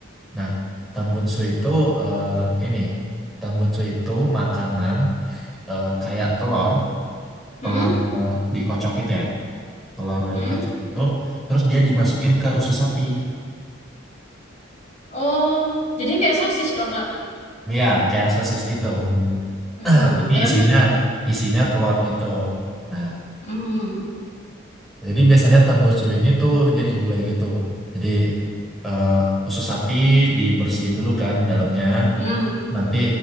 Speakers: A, in the centre; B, on the left (about 35°).
A: Nah, tambunsu itu eh, ini tambunsu itu makanan eh, kayak telur, telur
B: Mhm.
A: eh, dikocok gitu ya, telur
B: Mhm.
A: dikocok itu, terus dia dimasukin ke usus sapi,
B: Oh, jadi kayak sosis dong Kak.
A: ya kayak sosis gitu.
B: Mhm.
A: <clears throat> Tapi
B: Terus?
A: isinya isinya telur gitu. Nah,
B: Hmm.
A: jadi biasanya tambunsu ini tuh dia digulai gitu. Jadi eh, usus sapi dibersihin dulu kan dalamnya.
B: Hmm.
A: nanti